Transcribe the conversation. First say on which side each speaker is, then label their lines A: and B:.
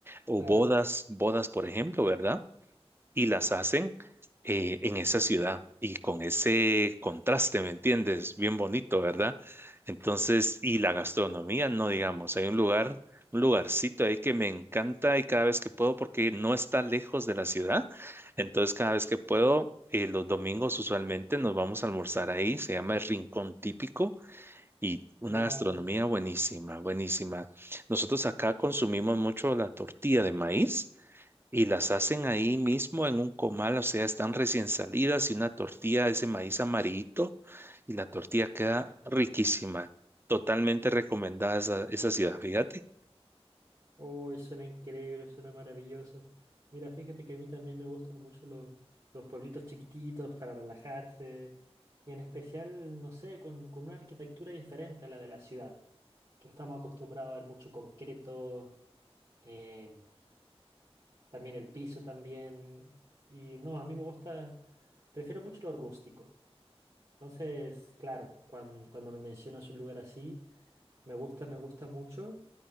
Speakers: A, on the right; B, on the right.
A: o
B: Claro,
A: bodas, bodas, por ejemplo, ¿verdad? y las hacen eh, en esa ciudad y con ese contraste, ¿me entiendes? Bien bonito, ¿verdad? Entonces, y la gastronomía, no digamos, hay un lugar, un lugarcito ahí que me encanta y cada vez que puedo, porque no está lejos de la ciudad, entonces cada vez que puedo, eh, los domingos usualmente nos vamos a almorzar ahí, se llama el Rincón Típico. Y una
B: wow.
A: gastronomía buenísima, buenísima. Nosotros acá consumimos mucho la tortilla de maíz y las hacen ahí mismo en un comal, o sea, están recién salidas y una tortilla de ese maíz amarillito y la tortilla queda riquísima. Totalmente recomendada esa, esa ciudad, fíjate.
B: Uy, suena increíble, suena maravilloso. Mira, fíjate que a mí también me gustan mucho lo- los pueblitos chiquititos para relajarse y en especial, no sé, con, con una arquitectura diferente a la de la ciudad, que estamos acostumbrados a ver mucho concreto, em, también el piso también y no, a mí me gusta, prefiero mucho lo rústico. Entonces, claro, cuan- cuando, me mencionas un lugar así, me gusta, me gusta mucho.